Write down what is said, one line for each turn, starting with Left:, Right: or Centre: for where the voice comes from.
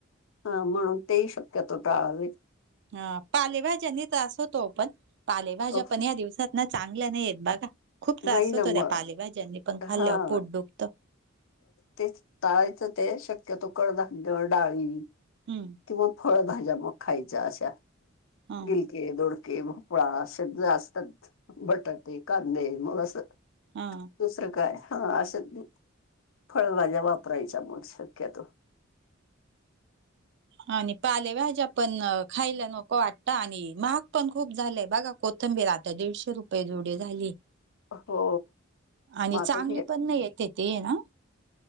Left: हा, मग ते ही शक्यतो टाळावेत.
Right: हा, पालेभाज्यांनी त्रास होतो ओ पण, पालेभाज्या
Left: अफ
Right: पण ह्या दिवस चांगल्या नाहीयेत, बघा खूप त्रास
Left: नाही ना
Right: होतो
Left: मग
Right: त्या पालेभाज्यांनी पण खाल्ल्यावर
Left: हा
Right: पोट दुखतं.
Left: तेच टाळायचं ते शक्यतो कडधान्य, डाळी
Right: हम्म.
Left: किंवा फळभाज्या मग खायच्या अशा
Right: हा
Left: गिलके, दोडके भोपळा असं जे असतात बटाटे, कांदे मग अस
Right: हा.
Left: दुसरं काय? हा असंच फळभाज्या वापरायच्या मग शक्यतो.
Right: हा, आणि पालेभाज्या पण खायला नको वाटतं आणि महाग पण खूप झालंय, बघा कोथंबीर आता दीडशे रुप जुडी झाली
Left: हो
Right: आणि
Left: मग
Right: चांगली
Left: आता ते
Right: पण नाहीये. ते <unintelligible> ना